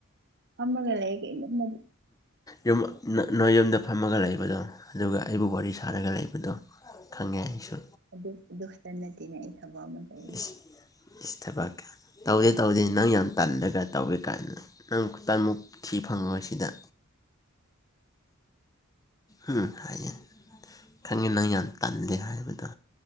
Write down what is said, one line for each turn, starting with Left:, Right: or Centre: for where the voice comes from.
Right: ꯐꯝꯃꯒ ꯂꯩꯒ ꯏꯃꯝ ꯃꯝ
Left: ꯌꯨꯝ ꯅꯣꯏ ꯌꯨꯝꯗ ꯐꯝꯃꯒ ꯂꯩꯕꯗꯣ ꯑꯗꯨꯒ ꯑꯩꯕꯨ ꯋꯥꯔꯤ ꯁꯥꯔꯒ ꯂꯩꯕꯗꯣ ꯈꯪꯉꯦ ꯑꯩꯁꯨ
Right: ꯑꯗꯨ ꯑꯗꯨ ꯈꯛꯇ ꯅꯠꯇꯦꯅꯦ ꯑꯩ ꯊꯕꯛ ꯑꯃ ꯇꯧꯋꯦ
Left: ꯏꯁ ꯏꯁ ꯊꯕꯥꯛ ꯀ ꯇꯧꯗꯦ ꯇꯧꯗꯦ ꯅꯪ ꯌꯥꯝ ꯇꯜꯂꯒ ꯇꯧꯋꯦ ꯀꯥꯏꯅ ꯅꯪ ꯈꯨ ꯇꯟꯃꯨꯛ ꯊꯤ ꯐꯪꯉꯣꯏ ꯁꯤꯗ ꯎꯝ ꯍꯥꯏꯌꯦ ꯈꯪꯉꯦ ꯅꯪ ꯌꯥꯝ ꯇꯜꯂꯦ ꯍꯥꯏꯕꯗꯣ